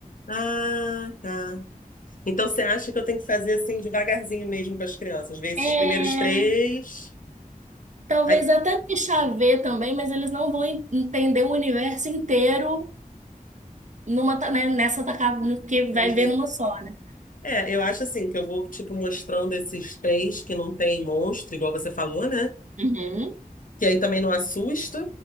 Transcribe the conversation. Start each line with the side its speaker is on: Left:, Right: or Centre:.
Left: Ah, tá. Então você acha que eu tenho que fazer assim devagarzinho mesmo para as crianças? Ver esses
Right: É,
Left: primeiros três.
Right: Talvez
Left: Aí-
Right: até deixar ver também, mas eles não vão en- entender o universo inteiro numa, ta- né, nessa tacada, porque
Left: Entendi.
Right: vai ver numa só, né?
Left: É, eu acho assim que eu vou, tipo, mostrando esses três que não tem monstro, igual você falou, né?
Right: Uhum.
Left: Que aí também não assusta,